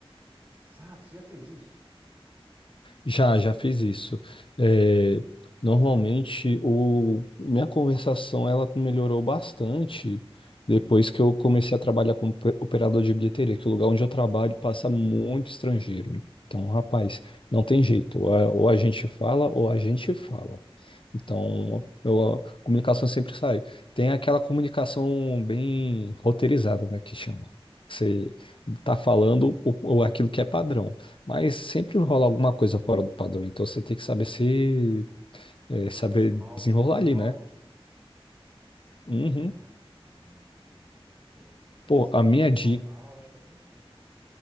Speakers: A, on the right (about 20°); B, on the left (about 60°).
A: sabe? Você já fez isso?
B: Já, já fiz isso. É, normalmente, o, minha conversação ela melhorou bastante depois que eu comecei a trabalhar como pe- operador de bilheteria, que o lugar onde eu trabalho passa muito estrangeiro. Então, rapaz, não tem jeito. Ou a, ou a gente fala, ou a gente fala. Então, eu- a comunicação sempre sai. Tem aquela comunicação bem roteirizada, né, que chama. Você tá falando o, o aquilo que é padrão. Mas sempre rola alguma coisa fora do padrão, então você tem que saber se é,
A: O
B: saber
A: small
B: desenrolar ali,
A: talk,
B: né? Uhum.
A: né? Ah, não entendi. Pô, cara. É,
B: Pô,
A: sendo
B: a
A: profissional,
B: minha dica.
A: acho que é tranquilo, né?